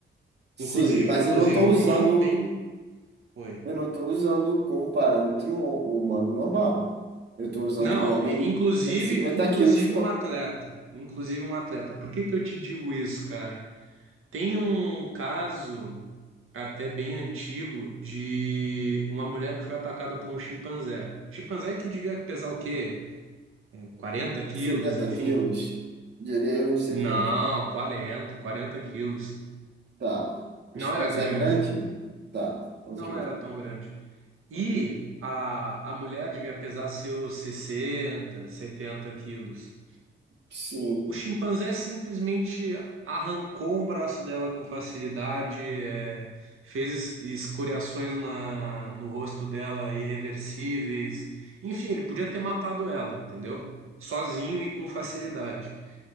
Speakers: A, on the right; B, on the right.
A: sim,
B: Inclusive,
A: mas
B: inclusive
A: eu não estou
B: um
A: usando,
B: humano bem, oi.
A: eu não estou usando como parâmetro o humano normal. Eu estou usando
B: Não,
A: um homem
B: e- inclusive,
A: de cento e cinquenta
B: inclusive
A: quilos, co-
B: um atleta, inclusive um atleta. Por que que eu te digo isso, cara? Tem um caso até bem antigo de uma mulher que foi atacada por um chimpanzé. Chimpanzé que devia pesar o quê? quarenta quilos,
A: 70
B: enfim.
A: quilos, diria eu, uns 70.
B: Não, 40, 40 quilos.
A: Tá. O
B: Não
A: chimpanzé
B: era grande.
A: é grande? Tá, ok,
B: Não era tão grande. E
A: ok.
B: a, a mulher devia pesar seus 60, 70 quilos.
A: Sim.
B: O chimpanzé simplesmente arrancou um braço dela com facilidade, é, fez es- escoriações na, no rosto dela irreversíveis. Enfim, ele podia ter matado ela, entendeu? Sozinho e com facilidade.